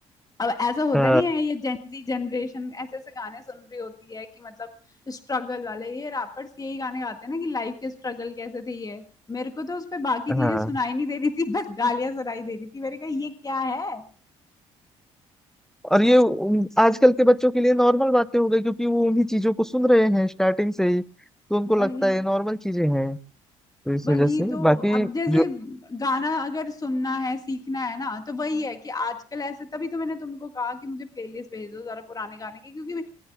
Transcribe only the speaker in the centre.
अ,
हाँ
और ये उन- आजकल के बच्चों के लिए नॉर्मल बातें हो गई क्योंकि वो उन्हीं चीजों को सुन रहे हैं स्टार्टिंग से ही तो उनको
लगता है ये नॉर्मल चीजें हैं तो इस
वजह से
बाकी
जो